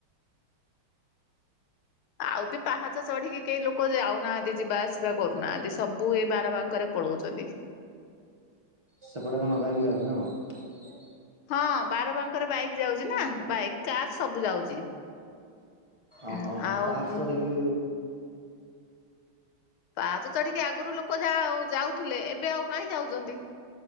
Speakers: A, on the left; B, on the right.
A: ଆଉ ବି ପାହାଚ ଚଢ଼ିକି କେହି ଲୋକ ଯାଉନାହାନ୍ତି ଯିବା ଆସିବା କରୁନାହାନ୍ତି ସବୁ ଏ ବାର ବାଙ୍କରେ ପଳଉଚନ୍ତି।
B: ସେପଟେ କଣ ବାଇକ୍ ଯାଉଚି ନାଁ କଣ?
A: ହଁ ବାର ବାଙ୍କରେ ବାଇକ୍ ଯାଉଚି ନାଁ ବାଇକ୍ କାର୍ ସବୁ ଯାଉଚି
B: ଓହୋ
A: ଉଁ ଆଉ
B: ପାହାଚ ଚଢିକି
A: ପାହାଚ ଚଢ଼ିକି ଆଗୁରୁ ଲୋକ ଯାଉ ଯାଉଥୁଲେ ଏବେ ଆଉ କାଇଁ ଯାଉନ୍ତି